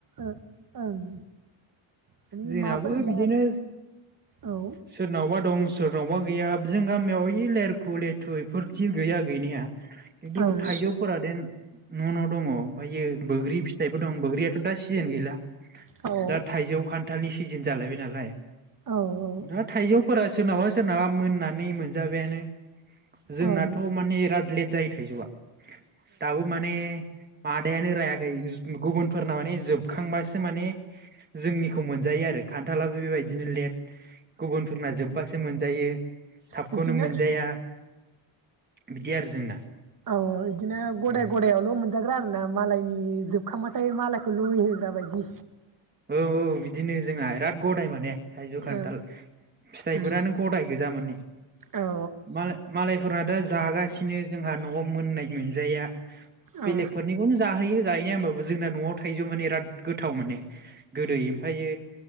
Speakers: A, on the right (about 40°); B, on the right (about 20°).
A: ओ ओं। माने
B: जोंनाबो
A: माबाफोर
B: बिदिनो
A: जा औ
B: सोरनावबा दं सोरनावबा गैया बि जों गामियाव <unintelligible> <unintelligible> लेटु बेफोरदि गैया गैनाया खिन्थु
A: ओं
B: थाइजौफोरादेन न' न' दङ। ओमफ्रायो बैग्रि फिथाइबो दं बैग्रियाथ' दा सिजोन गैला
A: औ औ
B: दा थाइजौ खान्थालनि सिजन जालायबाय नालाय।
A: औ ओं
B: ना थाइजौफोरा सोरोनाबा सोरनाबा मोननानै मोनजाबायानो। जोंनाथ'
A: ओ उम
B: माने बिराद लेट जायो थाइजौआ दाबो माने मादायानो रायाखै। <unintelligible> गुबुनफोरना माने जोबखांबासो माने जोंनिखौ मोनजायो आरो खान्थालाबो बेबायदिनो लेट गुबुनफोरना जोब्बासो मोनजायो। थाबखौनो
A: बिदिनो
B: मोनजाया बिदि आरो जोंना
A: अ इदिनो गदाय
B: औ
A: गादायावल' मोनजाग्रा आरोना मालायनि जोबखांबाथाय मालायखौ लुबैहोग्रा बायदि
B: औ औ बिदिनो जोंहा बिराद गदाय माने। थाइजौ खान्थाल
A: औ
B: फिथाइफोरानो
A: उम
B: गदाय गोजा माने
A: औ
B: मालाय मालाय फोर दा जागासिनो जोंहा न'आव मोननाय मोनजाया। बेलेगफोरनिखौनो
A: औ
B: जाहोयो। जाहैनाया होमबाबबो जोंना नआव थायजौा माने बिराद गोथाव माने गोदै ओमफायो